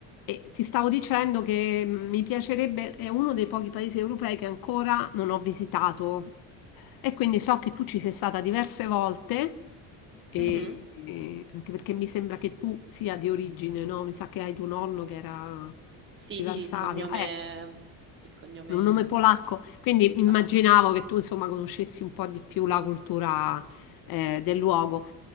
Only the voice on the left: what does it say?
E ti stavo dicendo che mm, mi piacerebbe, è uno dei pochi paesi europei che ancora non ho visitato e quindi so che tu ci sei stata diverse volte e,
e anche perché mi sembra che tu sia di origine, no? Mi sa che hai tuo nonno che era
di
Sì, sì, Varsavia,
eh,
è un nome polacco, quindi immaginavo
che tu insomma conoscessi un po' di più la cultura eh, del luogo.